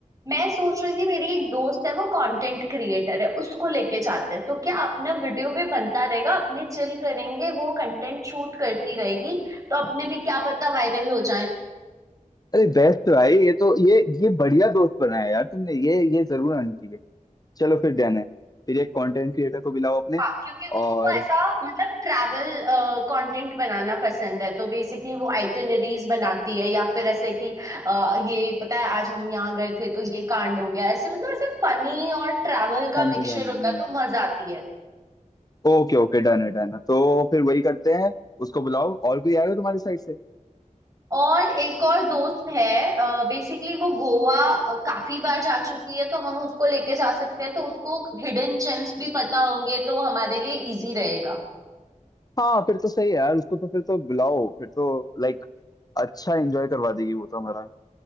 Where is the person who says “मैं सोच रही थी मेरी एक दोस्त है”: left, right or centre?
Right